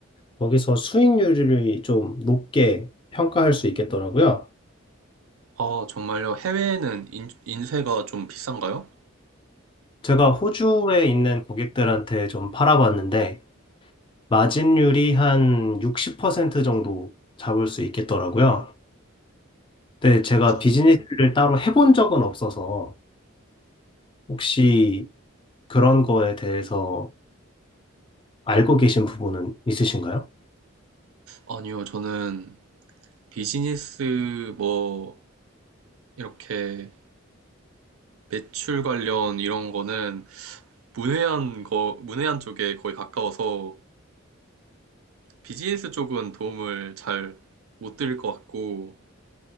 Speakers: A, on the left; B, on the right.
A: 거기서 수익률이 좀 높게 평가할 수 있겠더라고요.
B: 아, 정말요? 해외에는 인, 인쇄가 좀 비싼가요?
A: 제가 호주에 있는 고객들한테 좀 팔아봤는데 마진율이 한 60% 정도 잡을 수 있겠더라고요. 근데 제가
B: 어,
A: 비즈니스를 따로 해본 적은 없어서 혹시 그런 거에 대해서 알고 계신 부분은 있으신가요?
B: 아니요, 저는 비즈니스 뭐 이렇게 매출 관련 이런 거는 문외한 거 문외한 쪽에 거의 가까워서 비즈니스 쪽은 도움을 잘 못 드릴 것 같고